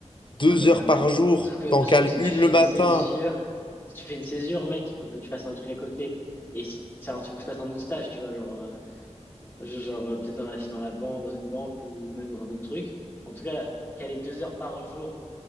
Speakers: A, on the left; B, on the left.
A: 2
B: Ouais, mais
A: heures
B: comme.
A: par jour,
B: Sauf que,
A: t'en
B: sauf
A: cales
B: que si
A: une
B: tu fais
A: le matin.
B: une césure, si tu fais une césure, mec, il faut que tu fasses un truc à côté. Et si c'est un truc que tu fasses un autre stage, tu vois, genre, euh, je- genre euh, peut-être dans la, dans la banque, dans une banque ou même dans un autre truc. En tout cas, caler deux heures par jour